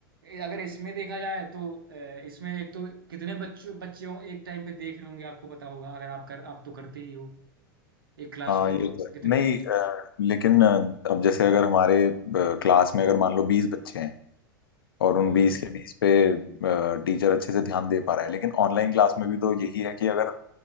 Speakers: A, on the right (about 80°); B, on the left (about 85°).
A: अगर इसमें देखा जाए तो अ, इसमें एक तो कितने बच्चों बच्चों एक टाइम पे देख रहे होंगे आपको पता होगा अगर आप कर आप तो करते ही हो एक क्लास
B: हाँ
A: को
B: ये तो है
A: कितने
B: नहीं अ, लेकिन अ, अब जैसे अगर हमारे क्लास में अगर मान लो बीस बच्चे हैं और
A: हाँ
B: उन बीस के बीस पे टीचर अच्छे से ध्यान दे पा रहा है लेकिन ऑनलाइन क्लास में भी तो यही है कि अगर